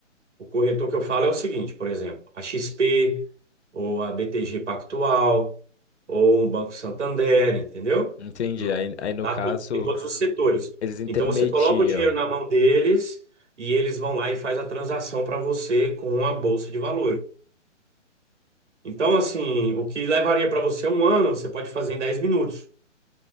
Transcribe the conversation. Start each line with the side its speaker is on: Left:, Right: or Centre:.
Right: O corretor que eu falo é o seguinte, por exemplo, a XP, ou a BTG Pactual, ou um Banco Santander, entendeu?
Left: Entendi. Aí, aí, no
Right: Lá
Left: caso,
Right: tudo tem todos os setores.
Left: eles intermediam.
Right: Então, você coloca o dinheiro na mão deles e eles vão lá e faz a transação para você com a bolsa de valores. Então, assim, o que levaria para você um ano, você pode fazer em 10 minutos,